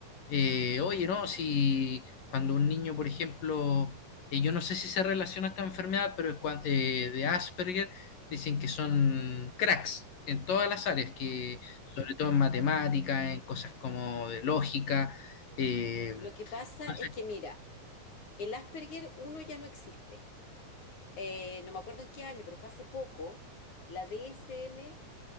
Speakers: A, on the left; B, on the left.
A: eh, oye, no, si cuando un niño, por ejemplo, eh, yo no sé si se relaciona esta enfermedad, pero cua- eh, de Asperger, dicen que son cracks en todas las áreas, que
B: no.
A: sobre todo en matemática, en cosas como de lógica. eh,
B: Lo que pasa
A: entonces,
B: es que, mira, el Asperger uno ya no existe. eh, no me acuerdo en qué año, pero fue hace poco, la DSM,